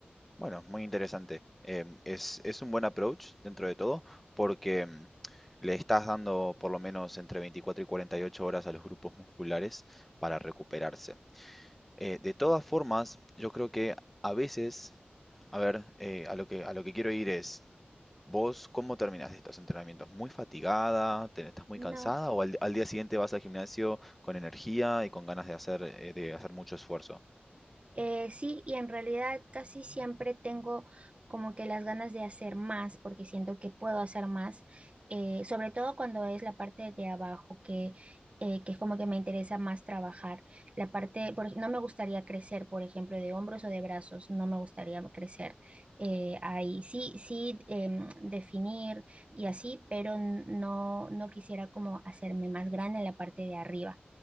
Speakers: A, in the centre; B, on the right (about 35°).
A: Bueno, muy interesante. Em, es, es un buen approach dentro de todo porque em, le estás dando por lo menos entre 24 y 48 horas a los grupos musculares para recuperarse. Eh, de todas formas, yo creo que a veces, a ver, eh, a lo que, a lo que quiero ir es, ¿vos cómo terminás estos entrenamientos? ¿Muy fatigada? ¿Te- ¿Estás muy
B: No.
A: cansada? ¿O al, al día siguiente vas al gimnasio con energía y con ganas de hacer, eh, de hacer mucho esfuerzo?
B: Eh, sí, y en realidad casi siempre tengo como que las ganas de hacer más, porque siento que puedo hacer más, eh, sobre todo cuando es la parte de abajo, que, eh, que es como que me interesa más trabajar. La parte, por ej- no me gustaría crecer, por ejemplo, de hombros o de brazos, no me gustaría crecer eh, ahí. Sí, sí, em, definir y así, pero n- no, no quisiera como hacerme más grande en la parte de arriba.